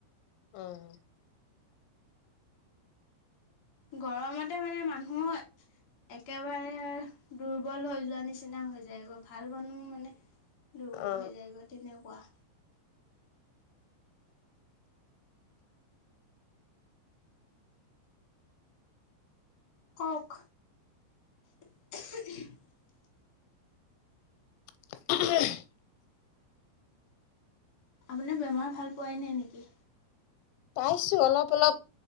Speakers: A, on the left; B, on the left.
A: উম।
B: গৰমতে মানে মানুহ একেবাৰে দুৰ্বল হৈ যোৱা নিচিনা হৈ যায়গৈ ভাল মানুহ মানে দুৰ্বল
A: অ
B: হৈ যায়গৈ তেনেকুৱা। কওঁক। <inaudible>
A: <inaudible>
B: আপোনাৰ বেমাৰ ভাল পোৱই নাই নেকি?
A: পাইছো অলপ অলপ